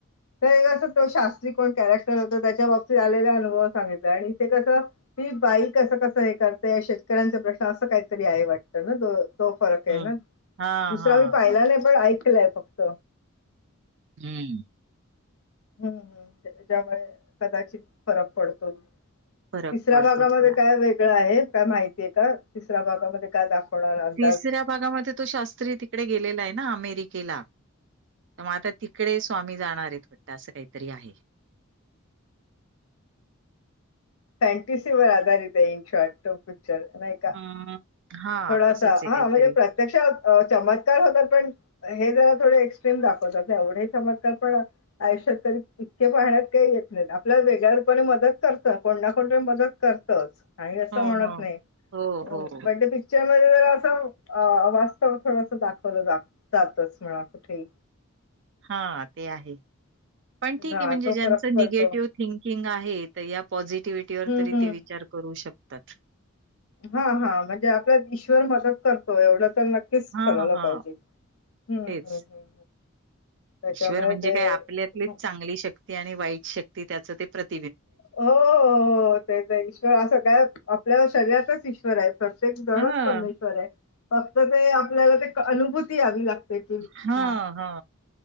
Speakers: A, on the left; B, on the right.
A: तर कसं तो शास्त्री कोण कॅरेक्टर होत त्याच्या बाबतीत आलेला अनुभव सांगितला आणि इथे कसं ती. बाई कसं कसं हे करते शेतकऱ्यांचा प्रश्न असं काहीतरी आहे. वाटत ना तो तो फरक आहे
B: हं.
A: ना
B: हां,
A: दुसरा
B: हां,
A: मी पाहिला
B: हां.
A: नाही पण ऐकलंय फक्त
B: हम्म.
A: हम्म हम् ज्यामुळे कदाचित फरक पडतो.
B: फरक
A: तिसऱ्या
B: पडतो
A: भागामध्ये
B: थोडा.
A: काय वेगळं आहे. काय माहितीय का तिसऱ्या भागामध्ये काय दाखवणार अंदाज
B: तिसऱ्या भागामध्ये तो शास्त्री तिकडे गेलेला आहे ना अमेरिकेला तर मग आता तिकडे स्वामी जाणार आहेत. वाटत असं काहीतरी आहे.
A: ह. फॅनटसी वर आधारित आहे. इन शॉट पिक्चर नाही का
B: अं, हां,
A: थोडासा
B: तसंच आहे
A: हा
B: काहीतरी.
A: म्हणजे प्रत्यक्ष चमत्कार होतात. पण हे जरा थोडे एक्स्ट्रीम दाखवतात एवढे चमत्कार पण आयुष्यात तरी इतके पाहण्यात काही येत. आपल्याला वेगळ्या रूपाने मदत करत कोणणा कोण मदत करतच नाही असं
B: हो,
A: म्हणतं
B: हो.
A: नाही
B: हो, हो.
A: बडडे ज असं वास्तव थोडस दाखवलं जातच म्हणा कुठे
B: हा ते आहे पण ठीक
A: हा
B: आहे म्हणजे
A: तो
B: ज्यांचं
A: फरक पडतो
B: निगेटिव्ह थिंकिंग आहे या पॉझिटिव्हटीवर
A: हम्म
B: त
A: हम्म
B: ते विचार करू शकतात
A: हा हा म्हणजे आपल्या ईश्वर मदत करतो एवढं नक्कीच
B: हां,
A: ठरवलं
B: हां.
A: पाहिजे हम्म
B: तेच.
A: हम्म त्याच्यामुळे
B: ईश्वर म्हणजे
A: ते
B: काय आपल्यातलीच चांगली शक्ती आणि वाईट शक्ती त्याच ते प्रत
A: हो हो हो तेच ईश्वर असं काय आपल्या शरीरातच ईश्वर आहे प्रत एक गणच
B: हां,
A: परमेश्वर आहे फक्त ते आपल्याला ते अनुभूती यावी लागते की
B: हा
A: हां,
B: हा.